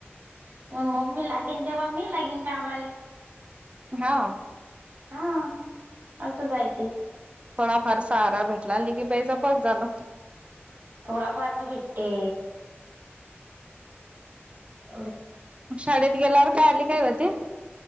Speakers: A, on the right (about 50°); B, on the right (about 25°).
A: ते मम् ममी लागेन तेव्हा मी लागेन कामाला
B: हा
A: हा असंचय ते
B: थोडाफार सहारा भेटलाली की बाईज पत जाण
A: थोडाफार तर भेटते एवढ
B: मग शाळेत गेल्यावर काय आली काय होती